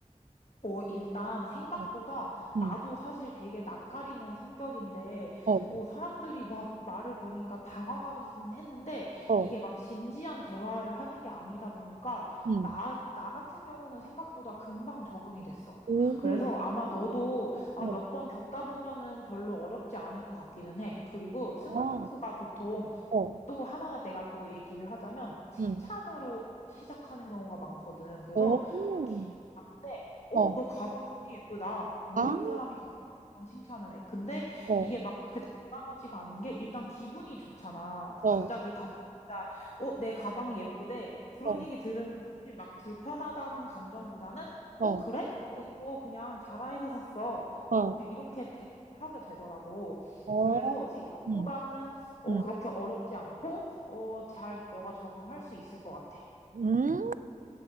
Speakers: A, on the left; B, on the right.
A: 어, 일단 생각보다
B: 어, 음,
A: 나도 사실 되게 낯가리는 성격인데,
B: 어,
A: 어, 사람들이 막 말을 거니까 당황하긴 했는데,
B: 어,
A: 이게 막 진지한 대화를 하는 게 아니다 보니까,
B: 음,
A: 나, 나 같은 경우는 생각보다 금방 적응이 됐어.
B: 오,
A: 그래서 아마 너도 아,
B: 어,
A: 몇 번 겪다 보면은 별로 어렵지 않을 것 같기는 해. 그리고 스몰
B: 아,
A: 토크가 보통
B: 어,
A: 또 하나 내가 또 얘기를 하자면 칭찬으로
B: 음,
A: 시작하는 경우가 많거든. 그래서
B: 어, 음,
A: 그냥 길에서 가는데 어,
B: 어,
A: 너 가방 되게 예쁘다. 모르는
B: 아,
A: 사람이 갑자기 그런 칭찬을 해. 근데
B: 어,
A: 이게 막 그게 담아지가 않은 게 일단 기분이 좋잖아.
B: 어,
A: 갑자기 다짜고짜 어, 내 가방이 예쁘대. 그런
B: 어,
A: 얘기 들으면 사실 막 불편하다는 감정보다는
B: 어,
A: 어, 그래? 어, 이거 그냥 자라에서 샀어.
B: 어,
A: 어, 그냥 이렇게 대응을 하게 되더라고.
B: 어,
A: 그래서 생각보다는
B: 음,
A: 어,
B: 음,
A: 그렇게 어렵지 않고, 어, 잘 너가 적응할 수 있을 것 같아.
B: 음.